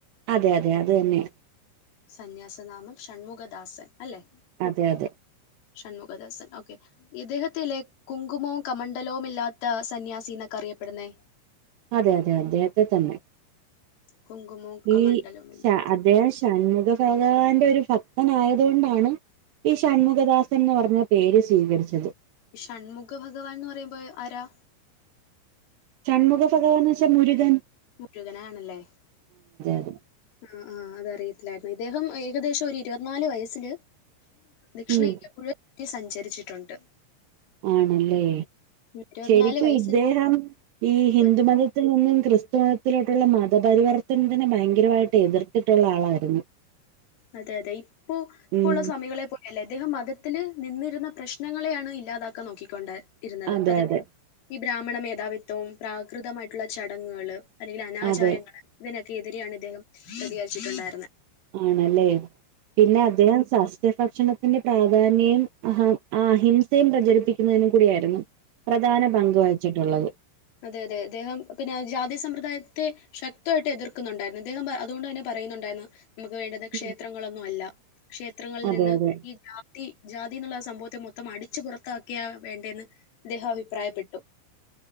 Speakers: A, on the right; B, on the left.
A: അതെ അതെ. അത് തന്നെയ.
B: സന്യാസനാമം ഷൺമുഖദാസൻ അല്ലെ.
A: അതെ അതെ.
B: ഷൺമുഖദാസൻ ഓക്കെ. ഇദ്ദേഹത്തിലെ കുങ്കുമോ കമണ്ഡലവും ഇല്ലാത്ത സന്യാസീന്നക്കെ അറിയപ്പെടുന്നേ
A: അതെ അതെ. അദ്ദേഹത്തെ തന്നെ.
B: കുങ്കുമോ ക
A: ഈ
B: മണ്ഡലം മില്ലത്തം.
A: ശ അദ്ദേഹം ഷൺമുഖ ഭഗവാന്റെ ഒരു ഭക്തൻ ആയതുകൊണ്ടാണ്. ഈ ഷൺമുഖദാസന്ന് പറഞ്ഞ പേര് സ്വീകരിച്ചത്.
B: ഷണ്മുഖ ഭഗവാൻന്ന് പറയുമ്പോ ആരാ?
A: ചൺമുഖ ഭഗവാനച്ച മുരുഖൻ.
B: മുരുകനാണല്ലേ.
A: അതെ
B: ആ ആ. അതറിയ. മായിരുന്നു. ഇദ്ദേഹം ഏകദേശം ഒരു ഇരുപത്തിനാല് വയസ്സിൽ ദക്ഷിണേന്ത്യ
A: ഉം
B: മുഴുവ സഞ്ചരിച്ചിട്ടുണ്ട്
A: ആണല്ലേ.
B: ഇരുപത്തിനാല്
A: ശരിക്കും
B: വയസ്സിൽ
A: ഇദ്ദേഹം ഈ ഹിന്ദുമതത്തിൽ
B: ഒര്
A: നിന്നും ക്രിസ്തുമത ത്തിലോട്ടുള്ള മതപരിവർത്തനത്തിന് ഭയങ്കരമായിട്ട് എതിർത്തിട്ടുള്ള ആളായിരുന്നു.
B: അതെ അതെ. ഇപ്പൊ ഇപ്പള്ള
A: ഉം
B: സ്വാമികളെ പോലെയല്ല. അദ്ദേഹം മതത്തില് നിന്നിരുന്ന പ്രശ്നങ്ങളെയാണ് ഇല്ലാതാക്കാൻ നോക്കിക്കൊണ്ട് ഇരുന്നത്
A: അതെ
B: അത
A: അതെ
B: ബ്രാഹ്മണ മേധാവിത്വവും പ്രാകൃതമായിട്ടുള്ള ചടങ്ങുകൾ അല്ലെങ്കിൽ അനാചാരങ്ങൾ
A: അതെ
B: ഇതിനക്കെ െതിരെയാണ് ഇദ്ദേഹം പ്രതികാരിച്ചിട്ടുണ്ടായിരുന്നത്
A: ആണല്ലേ പിന്നെ അദ്ദേഹം ത്്യഭക്ഷണത്തിന്റെ പ്രാധാന്യയും അഹ അഹിംസയും പ്രചരിപ്പിക്കുന്നതിനും കൂടിയായിരുന്നു പ്രധാന പങ്ക് വഹിച്ചിട്ടുള്ളത്
B: അതെ അതെ അദ്ദേഹം പിന്നെ ജാതിയ സമ്പ്രദായത്തെ ശക്തമായിട്ട് എതിർക്കുന്നുണ്ടായിരുന്നു അദ്ദേഹം അതുകൊണ്ട് തന്നെ പറയുന്നുണ്ടായിരുന്നു നമുക്ക് വേണ്ടത് ക്ഷേത്രങ്ങളൊന്നും
A: ഉം.
B: അല്ല ക്ഷേത്രങ്ങളിൽ
A: അതെ
B: നിന്ന്
A: അതെ
B: ഈ ജാതി എന്നുള്ള സംഭവത്തെ മൊത്തം അടിച്ചു പുറത്താക്കിയ വേണ്ടെന്ന് അദ്ദേഹം അഭിപ്രായപ്പെട്ടു